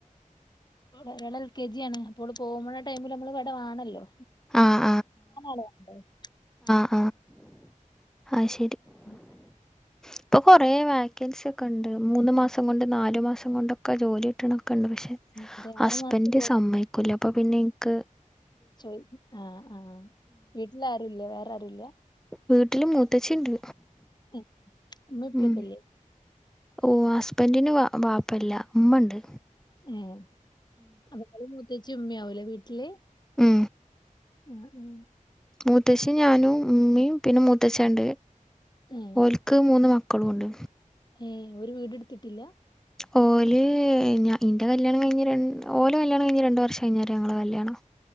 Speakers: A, on the left; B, in the centre.
A: ഒരാള് എൽ കെ ജി ആണ് അപ്പോ ഓള് പോക്ണ ടൈമിൽ നമ്മള് ഇവിടെ വാണല്ലോ
B: ആഹ്
A: <unintelligible>
B: ആ ആ ശ
A: ഉം
B: ഇപ്പൊ കൊറേ വാക്യൻസി ഒക്കെ ഉണ്ട് മൂന്ന് മാസം കൊണ്ട് നാലു മാസം കൊണ്ടൊക്കെ ജോലി കിട്ട്ണ ക്കണ്ട് പക്ഷെ
A: അതെ
B: ഹസ്ബന്റ്
A: ആറു മാസത്തെ
B: സമ്മയ്ക്കൂല അപ്പൊ പിന്നെ ഇൻക്ക്
A: ചോയി ആഹ് ആഹ് വീട്ടില ആരുല്ലേ വേറെ ആരുല്ല
B: വീട്ടിൽ മൂത്തച്ചിണ്ട്
A: ഉം ഇമ്മി പ്പക്കെല്ലേ
B: ഉം ഓ ഹസ്ബൻ്റി ന് വ വാപ്പല്ല ഇമ്മണ്ട്
A: ഏഹ് അപ്പൊ ഇങ്ങളും മുത്തച്ചിം ഇമ്മയാവൂലേ വീട്ടില്
B: മ്
A: ഉം ഉം
B: മൂത്തച്ചിം ഞാനും ഇമ്മിം പിന്നെ മൂത്തച്ചൻ ണ്ട്
A: ഏഹ്
B: ഓൽക്ക് മൂന്ന് മ ക്കളൂണ്ട്
A: ഏ ഒരു വീടെടുത്തിട്ടില്ല
B: ഓല് ഞ ഇന്റെ കല്യാണം കഴിഞ് ഓല് കല്യാണം കഴിഞ്ഞ് രണ്ട് വർഷം കഴിഞ്ഞാരെ ഞങ്ങളെ കല്യാണം